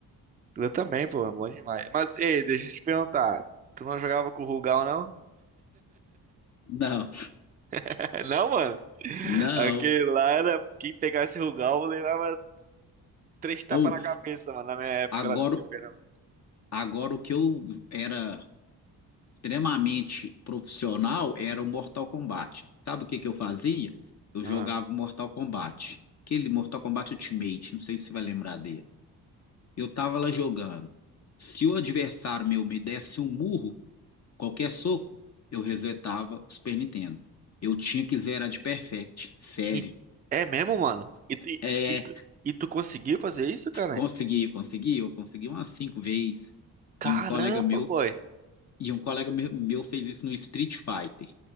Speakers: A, on the right; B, on the left.
A: Eu também, pô, é bom demais. Mas, ei, deixa eu te perguntar. Tu não jogava com o Rugal, não?
B: Não,
A: <laughs> Não, mano?
B: não.
A: Aquele lá era. Quem pegasse Rugal levava três tapas
B: Ou,
A: na cabeça, mano, na minha época
B: agora,
A: lá de fliperama.
B: agora o que eu era. extremamente profissional era o Mortal Kombat. Sabe o que que eu fazia? Eu
A: Ah.
B: jogava o Mortal Kombat. Aquele Mortal Kombat Ultimate, não sei se você vai lembrar dele. Eu tava lá jogando. Se o adversário meu me desse um murro, qualquer soco, eu resetava o Super Nintendo. Eu tinha que zerar de perfect, sério.
A: Me- É mesmo, mano? E tu,
B: É,
A: e tu, e tu conseguiu fazer isso, cara?
B: consegui, consegui, eu consegui umas cinco vezes.
A: Caramba,
B: E um colega meu,
A: boy.
B: e um colega me- meu fez isso no Street Fighter.